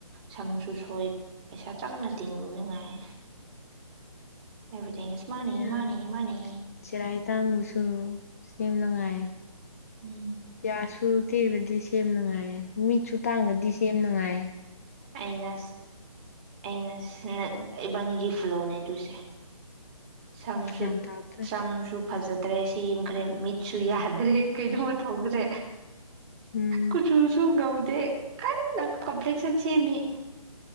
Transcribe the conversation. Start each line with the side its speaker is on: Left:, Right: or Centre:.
Right: ꯁꯝꯁꯨ ꯁꯣꯏꯕ ꯄꯩꯁꯥ ꯆꯪꯅ ꯇꯤꯡꯔꯨꯅꯉꯥꯏ ꯑꯦꯕ ꯆꯁ ꯃꯥꯅꯦ
Left: ꯑꯌꯥ
Right: ꯃꯥꯅꯦ ꯃꯥꯅꯦ
Left: ꯆꯦꯔꯥꯏ ꯇꯥꯡꯕꯁꯨ ꯁꯦꯝ ꯅꯨꯡꯉꯥꯏ
Right: ꯎꯝ
Left: ꯌꯥꯁꯨ ꯇꯦꯛꯔꯗꯤ ꯁꯦꯝ ꯅꯨꯡꯉꯥꯏꯌꯦ ꯃꯤꯠꯁꯨ ꯇꯥꯡꯅꯗꯤꯁꯦ ꯌꯥꯝ ꯅꯨꯡꯉꯥꯏ
Right: ꯑꯩꯅ ꯑꯩꯅ ꯏꯕꯥꯅꯤꯒꯤ ꯐꯨꯂꯣꯅꯦ ꯑꯗꯨꯁꯦ ꯁꯝꯁꯨ
Left: ꯒ꯭ꯌꯥꯟ ꯇꯥꯗ꯭ꯔꯦ
Right: ꯆꯝꯁꯨ꯫ ꯐꯖꯗ꯭ꯔꯦ ꯁꯦꯝꯈ꯭ꯔꯦ ꯃꯤꯠꯁꯨ ꯌꯥꯗ꯭ꯔꯦ ꯀꯩꯅꯣꯃ ꯇꯧꯈ꯭ꯔꯦ꯫
Left: ꯎꯝ
Right: ꯀꯨꯆꯨꯁꯨ ꯉꯧ ꯀꯟꯅ ꯀꯝꯄ꯭ꯂꯦꯛꯁꯟ꯫ ꯁꯦꯃꯤ꯫